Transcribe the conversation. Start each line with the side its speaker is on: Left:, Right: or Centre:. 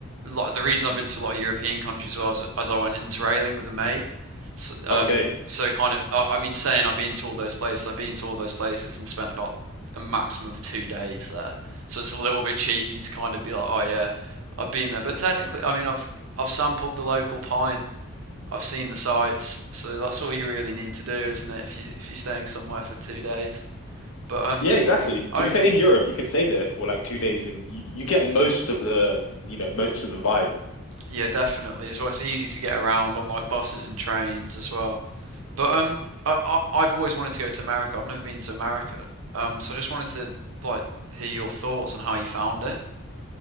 Right: um, like the reason I've been to a lot of European countries was as I went interrailing with a mate. So, um,
Left: Okay. <laughs>
Right: so kind of, I I mean, saying I've been to all those places, I've been to all those places and spent about a maximum of two days there. So it's a little bit cheeky to kind of be like, oh yeah, I've been there. But technically, I mean, I've I've sampled the local pint. I've seen the sights. So that's all you really need to do, isn't it? If you if you're staying somewhere for two days. But um,
Left: Yeah, exactly. To
Right: I
Left: be fair, in Europe, you can stay there for like two days, and you, you get most of the, you know, most of the vibe.
Right: Yeah, definitely. As well, it's easy to get around on like buses and trains as well. But um, I, I I've always wanted to go to America. I've never been to America. Um, so I just wanted to like hear your thoughts on how you found it.